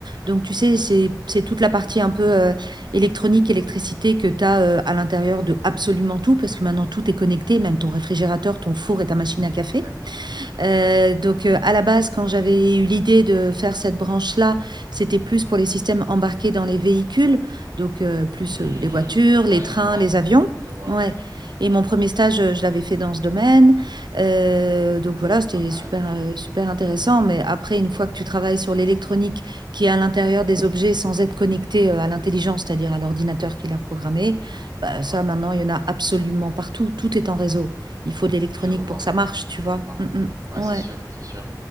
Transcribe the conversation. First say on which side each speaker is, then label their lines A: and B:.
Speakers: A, on the right; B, on the right.
A: Donc, tu sais, c'est, c'est toute la partie un peu euh, électronique, électricité que tu as à l'intérieur de absolument tout, parce que maintenant tout est connecté, même ton réfrigérateur, ton four et ta machine à
B: Exact,
A: café.
B: exact.
A: Euh, donc, euh, à la base, quand j'avais eu l'idée de faire cette branche-là, c'était plus pour les systèmes embarqués dans les véhicules, donc euh, plus
B: Hmm,
A: euh, les voitures,
B: ouais,
A: les trains,
B: je vois,
A: les avions.
B: je vois.
A: Ouais. Et mon premier stage, euh, je l'avais fait dans ce domaine. Euh, donc voilà, c'était
B: Pas mal.
A: super, euh, super intéressant. Mais après, une fois que tu travailles sur l'électronique qui est à l'intérieur des objets sans être connecté euh, à l'intelligence, c'est-à-dire à l'ordinateur qui l'a programmé, bah,
B: Ouais,
A: ça, maintenant, il y en a absolument partout. Tout est en réseau. Il faut de l'électronique
B: je vois,
A: pour que ça marche, tu
B: je
A: vois.
B: vois.
A: Mm,
B: Ouais,
A: mm.
B: c'est
A: Ouais,
B: sûr, c'est sûr.